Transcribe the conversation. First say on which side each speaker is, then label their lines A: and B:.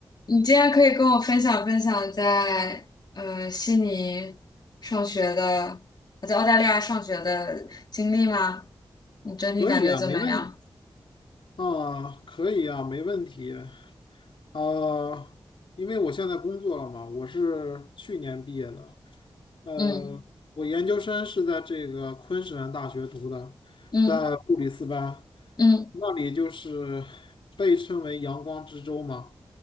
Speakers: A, on the left; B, on the left.
A: 你今天可以跟我分享分享在呃悉尼上学的，呃在澳大利亚上学的经历吗？你整体感觉怎么样？
B: 可以啊，没问题啊，可以啊，没问题啊，因为我现在工作了嘛，我是去年毕业的，呃，
A: 嗯
B: 我研究生是在这个昆士兰大学读的，
A: 嗯
B: 在布里斯班，
A: 嗯
B: 那里就是被称为阳光之州嘛，